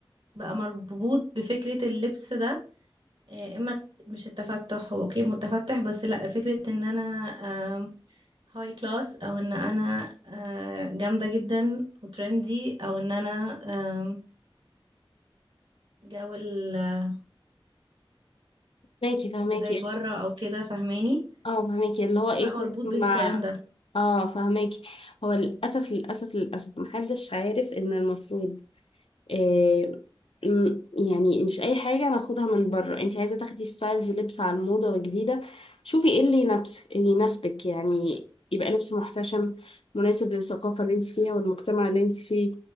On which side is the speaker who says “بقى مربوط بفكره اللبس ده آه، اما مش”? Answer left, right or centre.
Right